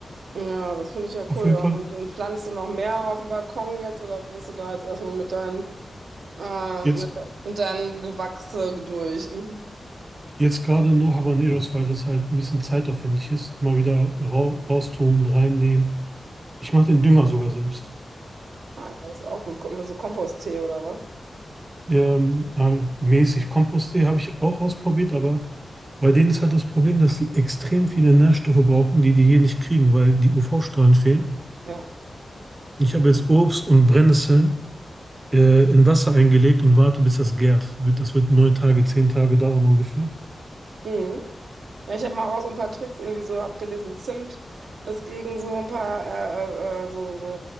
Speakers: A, on the right; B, on the right.
A: Ja, das finde ich ja
B: Auf
A: cool.
B: jeden
A: Ja.
B: Fall,
A: Und, und pflanzt du noch mehr auf dem Balkon jetzt oder bist du da jetzt erstmal mit deinen. Äh,
B: jetzt,
A: mit, mit deinem Gewächse durch. Mhm.
B: jetzt gerade nur Habaneros, weil das halt ein bisschen zeitaufwendig ist. Immer wieder rau raustun, reinnehmen. Ich mache den Dünger sogar selbst.
A: Ah, ja, das ist auch gut. Ko- So Komposttee oder was?
B: ähm, na, mäßig. Kompost.de habe ich auch ausprobiert, aber bei denen ist halt das Problem, dass sie extrem viele Nährstoffe brauchen, die die hier nicht kriegen, weil die UV-Strahlen fehlen.
A: Ja.
B: Ich habe jetzt Obst und Brennnesseln äh, in Wasser eingelegt und warte, bis das gärt. Wird- Das wird neun Tage, zehn Tage dauern ungefähr.
A: Mhm. Ja, ich habe mal auch so ein paar Tricks irgendwie so abgelesen. Zimt ist gegen so ein paar äh, äh, äh, so, so